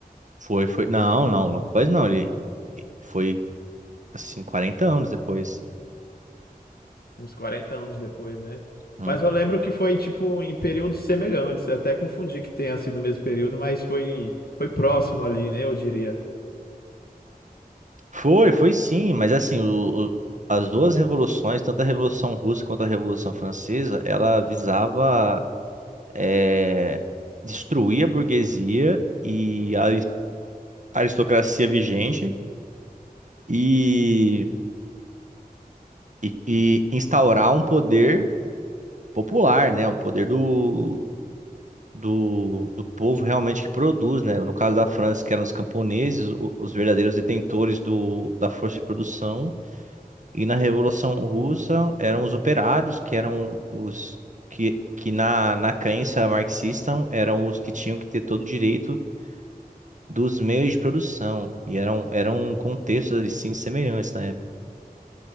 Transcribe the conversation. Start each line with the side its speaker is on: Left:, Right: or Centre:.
Right: Foi, foi. Não, não, logo depois não. Ele foi, assim, quarenta anos depois.
Left: Uns 40 anos depois, né?
Right: Hum.
Left: Mas eu lembro que foi, tipo, em períodos semelhantes. Eu Até confundi que tenha sido o mesmo período, mas foi, foi próximo ali, né? Eu diria.
Right: Foi, foi sim, mas assim, o, o- as duas revoluções, tanto a Revolução Russa quanto a Revolução Francesa, ela visava eh, destruir a burguesia e a aristocracia vigente e, e, e instaurar um poder popular, né? Um poder do, do, do povo realmente que produz, né? No caso da França, que eram os camponeses, o- os verdadeiros detentores do, da força de produção. E na Revolução Russa eram os operários, que eram os que, que na, na crença marxista eram os que tinham que ter todo o direito dos meios de produção. E eram, eram contextos, assim, semelhantes, né?